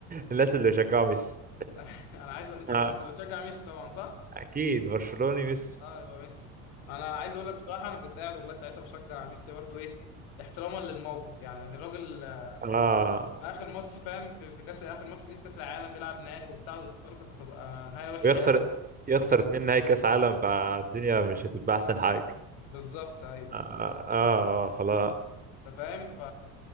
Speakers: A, on the right; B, on the left.
A: الناس اللي شجعوا ميسي
B: <laughs> انا عايز انت انت
A: آه.
B: بتشجع ميسي طبعا صح؟
A: أكيد برشلوني ميسي
B: اه يبقى ميسي انا عايز اقول لك بصراحه انا كنت قاعد والله ساعتها بشجع ميسي برضو ايه احتراما للموقف يعني يعني الراجل آه،
A: آه
B: اخر ماتش فاهم في في كاس اخر ماتش ليه في كاس العالم بيلعب نهائي وبتاع ويخسره كانت هتبقى نهايه وحشه
A: ويخسر
B: قوي
A: يخسر اتنين نهائي كأس عالم فالدنيا مش هتبقى أحسن حاجة
B: بالظبط ايوه
A: آه آه, آه خلاص
B: انت فاهم ف